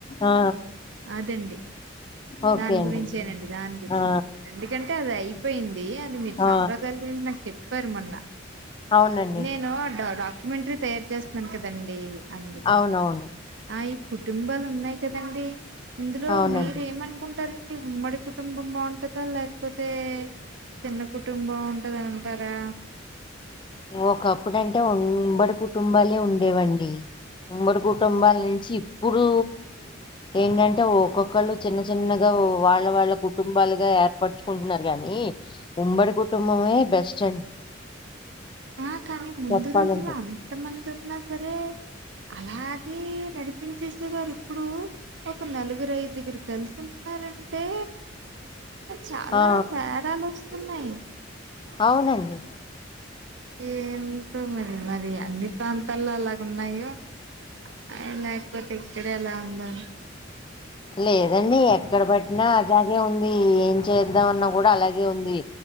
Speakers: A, on the left; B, on the right.
A: ఆ
B: అదండి
A: ఓకే
B: దాని
A: అండి
B: గురించేనండి దాని గురించి
A: ఆ
B: ఎందుకంటే అది అయిపోయింది ది అది మీరు
A: ఆ
B: సాంప్రదాయాల గురించి నాకు చెప్పారు మొన్న
A: అవునండి
B: నేను డా డాక్టర్ ఇమంటరీ తయారు చేస్తున్నాను కదండి అందుకుని
A: అవునవును
B: ఆ ఇప్పుడు కుటుంబాలు ఉన్నాయి కదండి ఇందులో
A: అవునండి
B: మీరు ఏమను కుంటారండి ఉమ్మడి కుటుంబం బాగుంటందా లేకపోతే చిన్న కుటుంబం ఉంటంది అంటారా
A: ఒకప్పుడు అంటే ఉంబడి కుటుంబాలే ఉండేవండి ఉమ్మడి కుటుంబాల నుంచి ఇప్పుడు ఏంటంటే ఒక్కొక్కళ్ళు చిన్న చిన్నగా ఓ వాళ్ళ వాళ్ళ కుటుంబాలుగా ఏర్పడుచుకుంటున్నారు కానీ ఉమ్మడి కుటుంబమే బెస్ట్ అండి
B: ఆ కానీ ముందు
A: చెప్పాలంటే
B: రోజుల్లో అంత మంది ఉన్నా సరే అలాగే నడిపించేసే వారు ఇప్పుడు ఒక నలుగురు ఐదుగురు కలిసి ఉంటున్నారు అంతే చాలా
A: ఆ
B: తేడాలు వస్తున్నాయి
A: అవునండి
B: ఏంటో మరి మరి అన్ని ప్రాంతాల్లో అలాగ ఉన్నాయో అ లేకపోతే ఇక్కడే ఎలా ఉందా
A: లేదండి ఎక్కడ పట్టినా అలాగే ఉంది ఏం చేద్దామన్నా కూడా అలాగే ఉంది